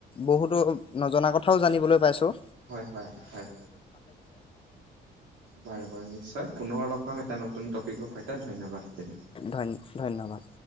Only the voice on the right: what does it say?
হয় হয় সহয়াৰ বাৰু বাৰু নিশ্চয় পুনৰ লগ পাম এটা নতুন টপিকৰ সৈতে ধন্যবাদ থাকিল